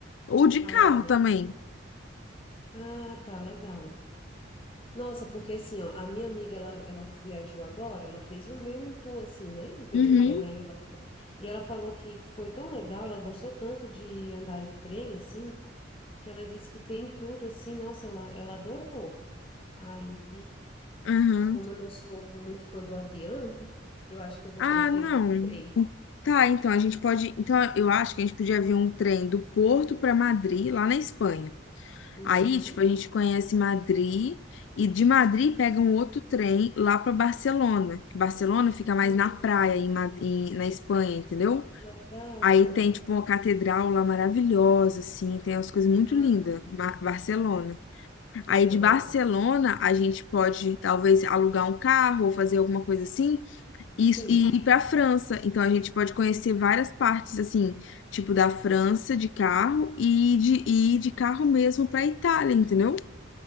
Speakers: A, on the left; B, on the left.
A: ou de
B: Ah,
A: carro
B: tá.
A: também.
B: Ah, tá, legal. Nossa, porque assim, ó, a minha amiga, ela, ela viajou agora, ela fez um meio um tour, assim, né, eh,
A: Uhum,
B: na Europa. E ela falou que foi tão legal, ela gostou tanto de andar de trem, assim, que ela disse que tem tudo, assim, nossa, ela, ela adorou. Aí,
A: uhum.
B: como eu não sou muito fã do avião, <laughs> eu acho que eu vou
A: Ah,
B: preferir
A: não.
B: o trem.
A: Tá, então a gente pode. Então eu acho que a gente podia ver um trem do Porto pra Madrid, lá na Espanha.
B: Uhum.
A: Aí, tipo, a gente conhece Madrid e de Madrid pega um outro trem lá para Barcelona. que Barcelona fica mais
B: Ah,
A: na praia, em, Ma- em- na Espanha, entendeu?
B: legal.
A: Aí
B: Aham.
A: tem, tipo, uma catedral lá maravilhosa, assim, tem umas coisas muito
B: Ai,
A: lindas,
B: que
A: Ba-
B: legal.
A: Barcelona.
B: Aham.
A: Aí de Barcelona a gente pode, talvez, alugar um carro ou fazer alguma coisa assim e,
B: Sim.
A: e ir para França. Então a gente pode conhecer várias partes, assim, tipo, da França de carro e de, e ir de carro mesmo para Itália, entendeu?